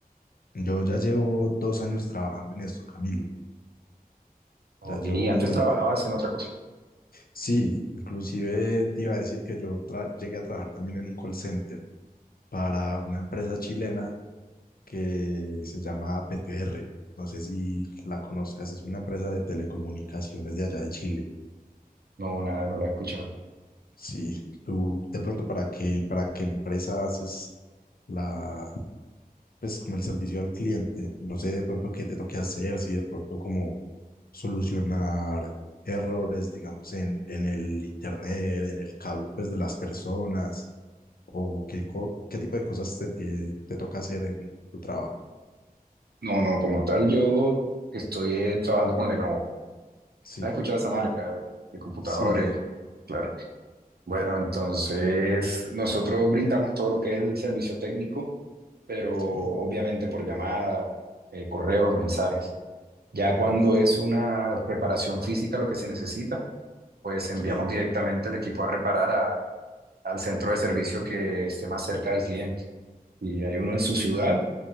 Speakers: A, on the left (about 70°); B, on the right (about 85°).
A: yo ya llevo dos años trabajando en esto, Camilo.
B: Ok,
A: Ya llevo
B: y antes
A: un buen...
B: trabajabas en otra cosa.
A: Sí, inclusive te iba a decir que yo tra- llegué a trabajar también en un call center para una empresa chilena que se llama BTR. No sé si la conozcas, es una empresa de telecomunicaciones de allá de Chile.
B: No, nada, no lo he escuchado.
A: Sí, tú de pronto para qué, para qué empresa haces la, pues como el servicio al cliente. No sé de pronto qué te toque hacer, si de pronto como solucionar errores, digamos, en, en el internet, en el cable, pues de las personas, o qué, co- qué tipo de cosas te, te, te toca hacer en tu trabajo.
B: No, no, como tal, yo estoy eh, trabajando con Lenovo.
A: Sí,
B: ¿Has escuchado esa marca de computadores?
A: sí,
B: Claro. Bueno, entonces nosotros brindamos todo lo que es el servicio técnico, pero
A: sí,
B: obviamente por llamada, eh, correos, mensajes. Ya cuando
A: ok,
B: es una reparación física lo que se necesita, pues enviamos
A: sí,
B: directamente el equipo a reparar a- al centro de servicio que esté más cerca del cliente. Y hay uno en su ciudad